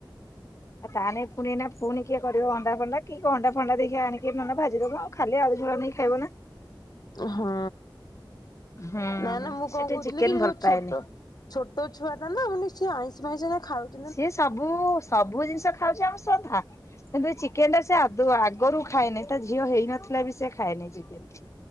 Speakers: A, on the left; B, on the left.
A: ଆ ତାନେ ପୁଣି ନା ପୁଣିି କିଏ କରିବ ଅଣ୍ଡା ଫଣ୍ଡା କି ଅଣ୍ଡା ଫଣ୍ଡା ଦେଖି ଆଣିକି ନହେଲେ ଭାଜିଦବ ଆ ଖାଲି ଆଳୁ ଝୁଳ ନେଇ ଖାଇବ ନା
B: ହଁ
A: ହୁଁ
B: ନାଇ ନା ମୁଁ
A: ସେ
B: କଣ
A: ଟିକେ
B: କହୁଥିଲି
A: ଚିକେନ
B: କି
A: ଭଲ
B: ଯୋଉ
A: ପାଏନି।
B: ଛୋଟ ଛୋଟ ଛୁଆ ଟା ନା ମାନେ ସେ ଆଇଁଷ ଫାଇଁସ ଏଇନା ଖାଉନି
A: ସିଏ ସବୁ ସବୁ ଜିନିଷ ଖାଉଛି ଆମ ସହ ଭା କିନ୍ତୁ ଏ ଚିକେନ ଟା ସେ ଆଦୌ ଆଗରୁ ଖାଏନାହିଁ ତା ଝିଅ ହେଇନଥିଲା ବି ସେ ଖାଏନି ଚିକେନ।